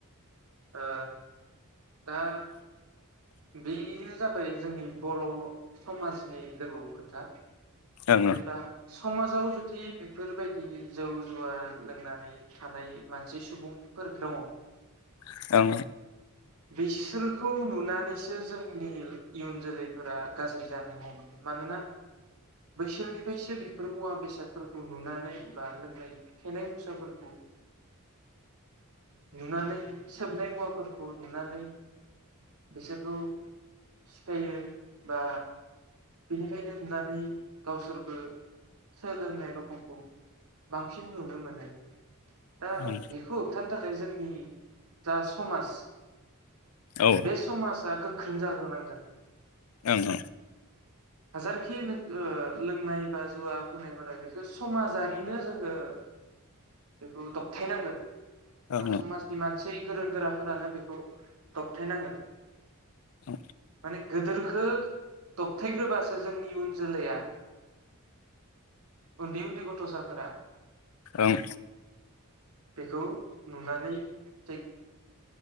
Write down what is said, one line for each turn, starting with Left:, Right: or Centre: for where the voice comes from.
Right: ओ दा बे जाबाय जोंनि बर' समाजनि लोगौ खोथा
Left: ओं
Right: जेनबा सु समाजाव जुदि बेफोरबायदि जौ जुवा लोंनानै थानाय मानसि सुबुंफोर दङ'
Left: <unintelligible>
Right: बिसोरखौ नुनानैसो जोंनि इयुन जोलैफोरा गाज्रि जानो हमो मानोना बैसोरनिफ्रायसो बेफोर मुवा बेसादफोरखौ नुनानै बा लोंनाय फेनाय मुसाफोरखौ नुनानै सोबनाय मुवाफोर खौ नुनानै बिसोरखौ सिखायो बा बेनिखायनो नुनानै गावसोरबो सोलोंनाय रखमखौ बांसिन नुनो मोनो। दा
Left: ओं
Right: बिखौ होबथानो थाखाय जोंनि जा समाज
Left: औ
Right: बे समाजा गोग ख्रों जाग्रोनांगोन
Left: ओं ओं
Right: हाजारखिनो ओ लोंनाय बा जुवा फोनायफोरा बेखौ समाजारिनो जोङो बेखौ दबथायनांगोन
Left: ओं
Right: ओ समाजनि मानसै गोरों गोराफोरानो बेखौ दबथायनांगोन
Left: औ
Right: माने गोदोरखो दब थायग्रोबासो जोंनि इउन जोलैया उन्दै उन्दै गथ'साफोरा
Left: ओं
Right: बेखौ नुनानै थेग